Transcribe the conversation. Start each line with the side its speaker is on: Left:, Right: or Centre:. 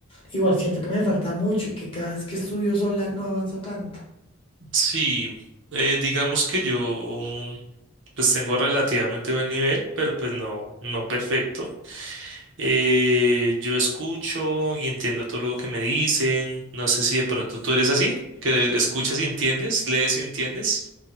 Left: igual siento que me falta mucho y que cada vez que estudio sola no avanzo tanto.
Right: Sí, eh, digamos que yo, pues tengo relativamente buen nivel, pero pues no, no perfecto. Eh, yo escucho y entiendo todo lo que me dicen. No sé si de pronto tú eres así, que escuchas y entiendes, lees y entiendes,